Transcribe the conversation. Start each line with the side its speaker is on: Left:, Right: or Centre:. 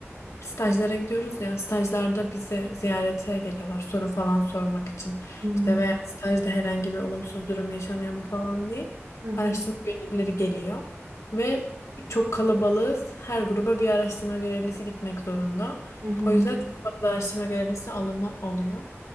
Left: Stajlara gidiyoruz ya stajlarda bizi ziyarete geliyorlar soru falan sormak için
Right: hmm,
Left: işte veya stajda herhangi bir olumsuz durum yaşanıyor mu falan diye
Right: hı hı,
Left: araştırma görevlileri geliyor ve çok kalabalığız her gruba bir araştırma görevlisi gitmek zorunda
Right: hı hı.
Left: o yüzden çok fazla araştırma görevlisi alımı oluyor.